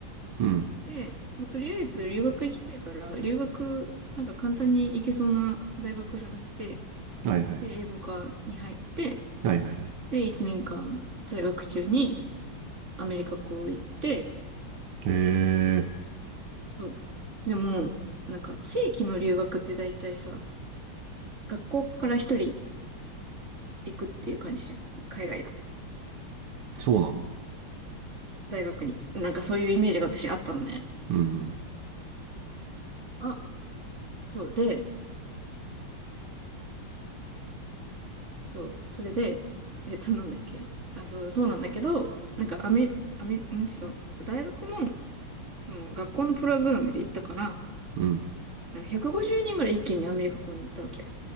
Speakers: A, on the right; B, on the right.
A: うん。
B: で、もうとりあえず留学行きたいから、留学、なんか簡単に行けそうな大学探して、
A: はいはい。
B: で、英語科に入って、
A: はいはいはい。
B: で、1年間在学中にアメリカ校行って、
A: へえ、
B: そう。でも、なんか、正規の留学って大体さ、学校から一人行くっていう感じじゃん。海外の
A: そうなの。
B: 大学に。なんかそういうイメージが私あったのね。
A: うん
B: あ、そうで、そう、それで、えっと、なんだっけ。あ、そう、そうなんだけど、なんかアメ、アメ、ん、違う。大学の、その、学校のプログラムで行ったから、
A: うん。
B: なんか150人ぐらい一気にアメリカ校に行ったわけよ。